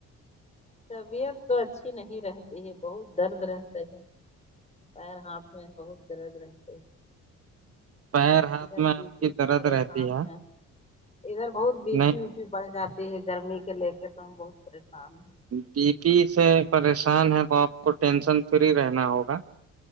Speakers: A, on the left; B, on the right.
A: تبھی ہے کو اچھی نہیں رہتی ہے بہت درد رہتا ہے پیر ہاتھ میں بہت درد رہتے ہے
B: پیر ہاتھ
A: ادھر
B: میں
A: بی
B: آپ
A: پی
B: کی
A: سے
B: درد
A: پریشان
B: رہتی ہے
A: ہیں ادھر بہت بی
B: نہیں
A: پی و پی بڑ جاتی گرمی کے لے کے تو ہم بہت پریشان ہیں
B: بی پی سے پریشان ہے تو آپ کو ٹینشن فری رہنا ہوگا